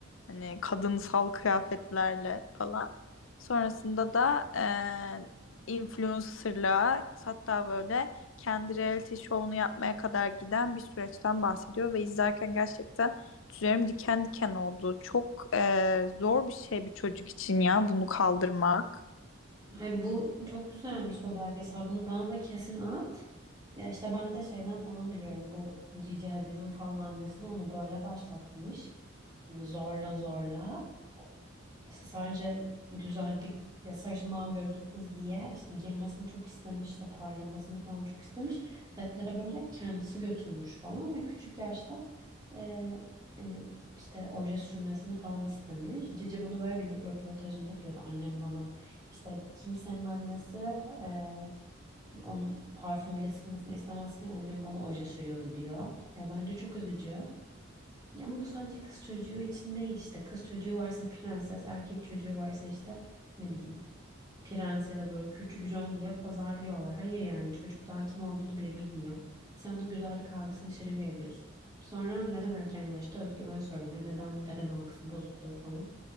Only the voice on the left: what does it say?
hani kadınsal kıyafetlerle falan. Sonrasında da eee influencerlığa hatta böyle kendi reality show'unu yapmaya kadar giden bir süreçten bahsediyor ve izlerken gerçekten tüylerim diken diken oldu. Çok eee, zor bir şey bir çocuk için ya bunu kaldırmak.